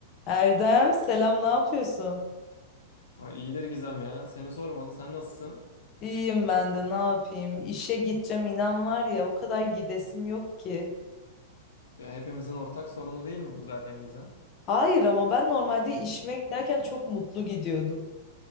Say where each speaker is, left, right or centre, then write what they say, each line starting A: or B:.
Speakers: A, on the left; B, on the left.
A: Erdem selam ne yapıyorsun?
B: Ama iyidir Gizem ya. Seni sormalı. Sen nasılsın?
A: İyiyim ben de ne yapayım? İşe gideceğim inan var ya o kadar gidesim yok ki.
B: Ya Hepimizin ortak sorunu değil mi bu zaten Gizem?
A: Hayır ama ben normalde işime giderken çok mutlu gidiyordum.